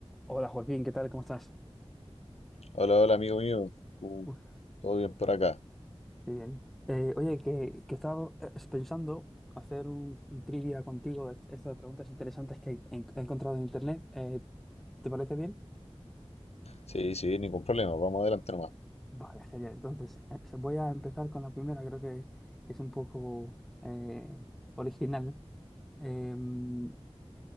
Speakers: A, in the centre; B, on the left.
A: Hola Joaquín, ¿qué tal? ¿Cómo estás?
B: Hola, hola, amigo mío. Uh,
A: Uf,
B: todo bien por acá.
A: <laughs> Qué bien. Eh, oye, que, que estaba eh, pensando hacer un, un trivia contigo, est- esto de preguntas interesantes que he, en- he encontrado en internet. Eh, ¿te parece bien?
B: Sí, sí, ningún problema. Vamos adelante nomás.
A: Vale, genial. Entonces, eh, se- voy a empezar con la primera, creo que, que es un poco eh, original. Em,